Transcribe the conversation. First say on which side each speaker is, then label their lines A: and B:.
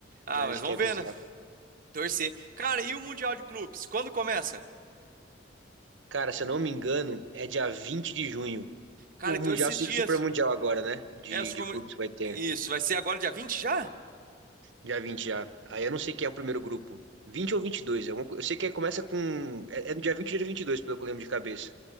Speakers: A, on the right; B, on the right.
A: Ah,
B: né?
A: mas
B: Isso
A: vamos
B: que é
A: ver,
B: bizarro.
A: né? Torcer. Cara, e o Mundial de Clubes? Quando começa?
B: Cara, se eu não me engano, é dia 20 de junho.
A: Cara,
B: O
A: então
B: Mundial
A: esses
B: seria
A: dias.
B: o Super Mundial agora, né? De,
A: É o Super...
B: de clubes
A: Mun-
B: que vai ter.
A: Isso, vai ser agora dia vinte já?
B: Dia 20 já. Aí eu não sei quem é o primeiro grupo. 20 ou 22. é uma co- Eu sei que começa com. É, é no dia 20 ou dia 22, pelo que eu lembro de cabeça.